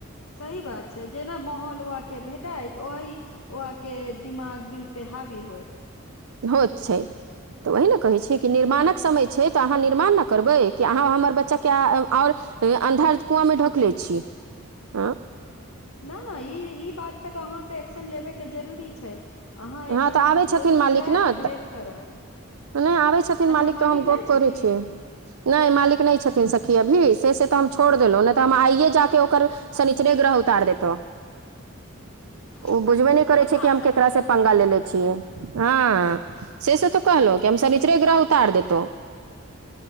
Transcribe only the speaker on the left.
सही बात जेना माहौल वहा के भेटैत ओहि वह के दिमाग दिलपे हाबी होइत
<inaudible>
न न ई ई बात पे तऽ अहाँके एक्शन लेबे के जरूरी छै अहाँ एकदम
जरूर
जायब
आ
भेँट करब
अच्छा मालिक
नहि
छथिन
<inaudible>
हँ
शनिचरो
दिन छै
नहि